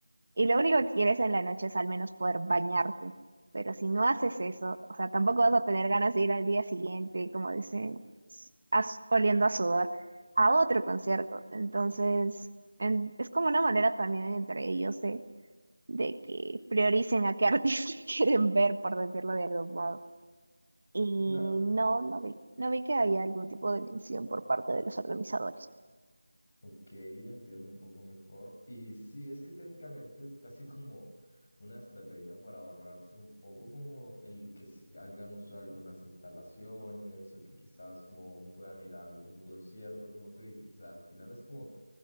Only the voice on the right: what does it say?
y lo único que quieres en la noche es al menos poder bañarte. Pero si no haces eso, o sea, tampoco vas a tener ganas de ir al día siguiente, como dicen, as- oliendo a sudor, a otro concierto. Entonces, en- es como una manera también entre ellos de, de que prioricen a qué <laughs> artista quieren ver, por decirlo de algún modo. Y
no, no vi, no vi que había algún tipo de mención por parte de los organizadores.